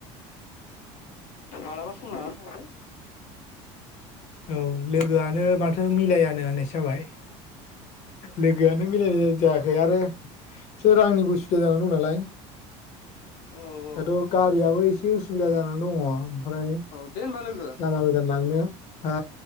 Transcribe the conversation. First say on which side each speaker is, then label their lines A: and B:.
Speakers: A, on the left; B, on the left.
A: मालाबा सम लाना थांदो
B: औ लोगोआनो माथो मिलायानो होननायसो जाबाय लोगोआनो मिलायनाय जायाखै आरो एसे रांनिबो उसुबिदा जानानै दं नालाय।
A: औ औ
B: दाथ' गारियाबो एसे उसुबिदा जानानै दङ ओमफ्राय
A: औ औ दे होनबा लोगो
B: लामा गोजान लांनो हा